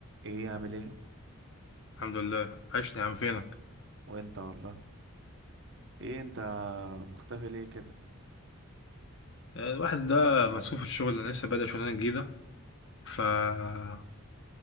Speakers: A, on the right; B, on the left.
A: ايه عامل ايه
B: الحمد لله عشني يا عم فينك
A: وانت والله ايه انت مختفي ليه كده
B: آه، الواحد ده مسؤول في الشغل انا لسه بادئ شغلانه جديده ف آه،